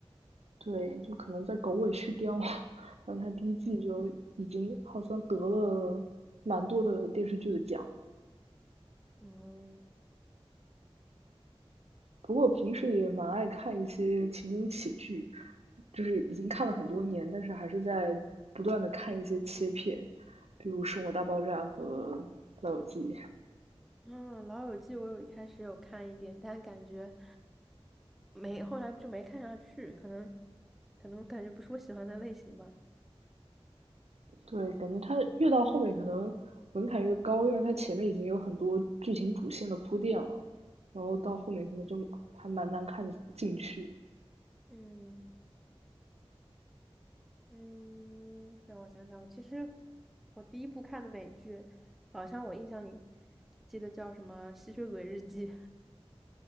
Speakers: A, on the right; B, in the centre.
A: 对，就可能在狗尾续貂，<laughs> 但是它第一季就已经好像得了蛮多的电视剧的奖。
B: 嗯，哦，
A: 不过我平时也蛮爱看一些情景喜剧，就是已经看了很多年，但是还是在不断的看一些切片，比如《生活大爆炸》和《老友记》。
B: 嗯，《老友记》我有一开始有看一点，但感觉没，后来就没看下去，可能可能感觉不是我喜欢的类型吧。
A: 对，感觉它越到后面可能门槛越高，因为它前面已经有很多剧情主线的铺垫了，然后到后面可能就还蛮难看进去。
B: 嗯嗯，让我想想，其实我第一部看的美剧，好像我印象里记得叫什么《吸血鬼日记》